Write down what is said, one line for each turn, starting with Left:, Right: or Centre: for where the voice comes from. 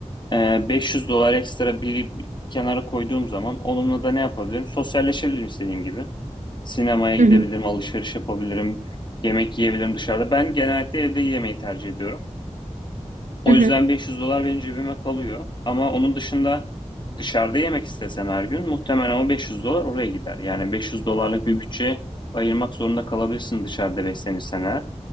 Left: Ee, 500 dolar ekstra bir bir kenara koyduğum zaman onunla da ne yapabilirim? Sosyalleşebilirim istediğim gibi. Sinemaya gidebilirim,
Right: Hı hı,
Left: alışveriş yapabilirim, yemek yiyebilirim dışarıda. Ben genellikle evde yemeği tercih ediyorum. O
Right: hı hı.
Left: yüzden 500 dolar benim cebime kalıyor. Ama onun dışında dışarıda yemek istesem her gün muhtemelen o 500 dolar oraya gider. Yani 500 dolarlık bir bütçe ayırmak zorunda kalabilirsin dışarıda beslenirsen eğer.